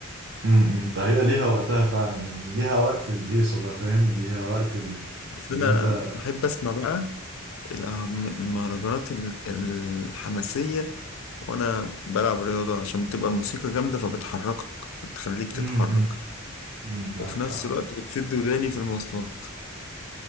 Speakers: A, on the right; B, on the left.
A: م- م. فهي ليها وقتها فعلا يعني ليها وقت الهيصة ده فاهم ليها وقت ال-
B: بس
A: اللي
B: انا
A: أنت
B: بحب اسمع بقى الأهم- المهرجانات ال- الحماسية وانا بلعب رياضة عشان بتبقى الموسيقى جامدة فبتحركك بتخليك تتحرك
A: امم امم معك
B: وفي نفس
A: حق
B: الوقت بتسد وداني في المواصلات